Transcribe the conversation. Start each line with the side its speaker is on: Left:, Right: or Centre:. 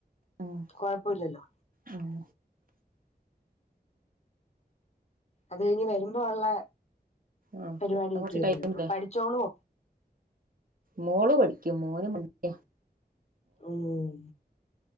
Right: ആഹ്
Left: കൊഴപ്പമില്ലല്ലോ
Right: ആഹ്
Left: അത് കഴിഞ്ഞ് വരുമ്പോ ഉള്ള
Right: ആഹ്
Left: പരിപാടിയൊക്കെ
Right: പിന്നെ കൊറച്ച്
Left: അല്ലേ
Right: ടൈമില്ലേ
Left: ഉള്ളൂ പഠിച്ചോളോ
Right: മോള് പഠിക്കും മോന് മടിയാ
Left: ഉം